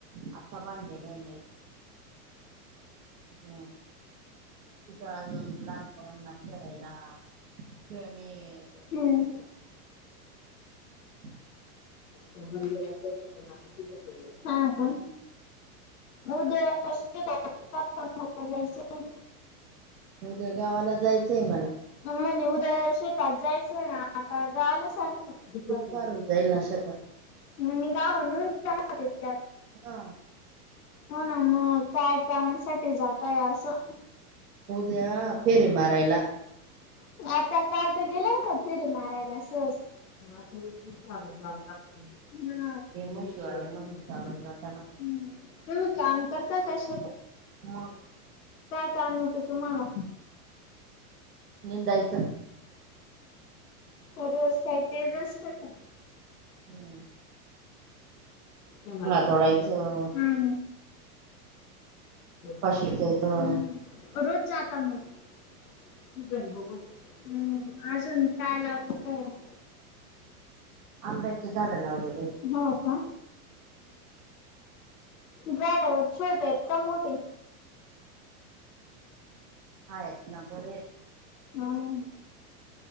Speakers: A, on the right; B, on the left.
A: आत्ता बांधलेलं ये नवीन हम्म तिथं अजून लहानपोरांना खेळायला खेळणी ये.
B: हूं
A: <unintelligible>
B: त्या मंदिरात दररोज आरती होते हा का हो <unintelligible> जायचय.
A: उद्या गावाला जायचंय मला.
B: म्हणजे उद्या शेतात जायचयना ना आता झाआल सांगतो <unintelligible>
A: पीक पारून जाईल ना शेतात
B: मं मी गाऊन घेऊन येणार होतेत काय?
A: हा
B: हो ना मग काय कामासाठी जाताय असं
A: उद्या
B: उदया फेरी
A: मारायला
B: मारयला. आता काल तर गेले होतात फिरी मारायला मं आता एक दिवसा आड जावं लागतो हा
A: हे म्हशीवाले
B: <unintelligible> शिवाय
A: म्हशी
B: म्हशीचा
A: चारून
B: हं
A: जाताना
B: तुम्ही काम करता हा शेता
A: मग
B: काय काम येतं तुम्हाला
A: निंदायचं
B: रोज काय तेज असत का
A: हूं
B: पुन्हा तोडायच
A: तोडायचं
B: हूं <unintelligible>
A: पाशीच्या
B: हूं
A: इथं
B: रोज जात म सीजन बघून हूं अजून काय लावलेलं हाय मं
A: आंब्याची झाड लावलेली येत
B: हो का झाड छोट आहेत का मोठे
A: हा आहेत लाबोरे आहेत.
B: काय नाय